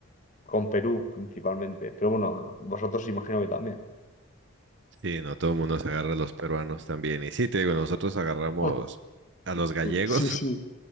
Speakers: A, on the left; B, on the right.
A: con Perú principalmente, pero bueno, vosotros imagino que también.
B: sí, no, todo el mundo se agarra a los peruanos también. Y sí, te digo, nosotros agarramos
A: <laughs>
B: a los gallegos.
A: Sí, sí.